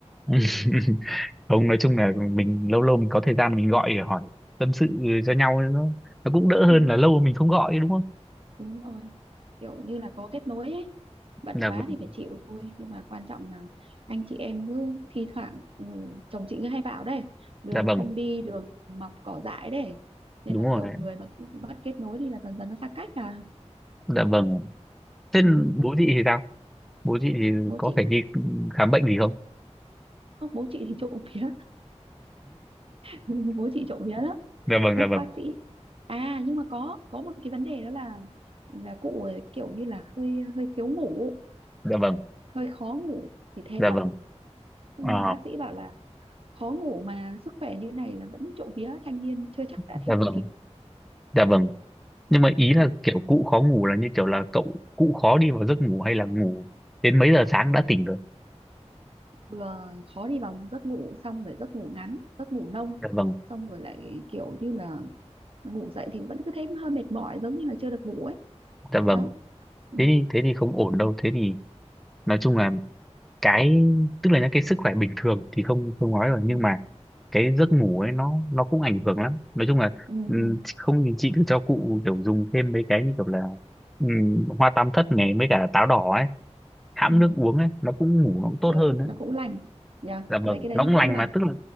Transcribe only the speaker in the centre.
<laughs> không nói chung là mình lâu lâu mình có thời gian mình gọi để hỏi tâm sự cho nhau nó nó cũng đỡ hơn
là lâu mình không gọi đúng không
dạ
vâng
dạ vâng
đúng
rồi
dạ vâng Thế
bố chị thì sao? Bố chị thì
có
phải đi khám bệnh gì không?
Dạ vâng,
dạ vâng,
dạ vâng,
dạ
vâng.
Ờ,
dạ
vâng,
dạ vâng. Nhưng mà ý là
kiểu cụ khó ngủ là như kiểu là cậu cụ khó đi vào giấc ngủ hay là ngủ đến mấy giờ sáng đã tỉnh rồi?
Dạ vâng,
dạ vâng.
Thế thì, thế thì không ổn đâu. Thế thì nói chung là cái tức là những cái sức khỏe bình thường thì không không nói rồi nhưng
mà cái giấc ngủ ấy nó nó cũng ảnh hưởng lắm nói chung là
ừm,
không thì chị thử cho cụ kiểu dùng thêm mấy cái như kiểu là ừm, hoa tam thất này mấy cả táo đỏ ấy hãm
nước uống ấy nó cũng ngủ nó cũng tốt
hơn đấy
dạ vâng
nó
cũng
lành
mà tức là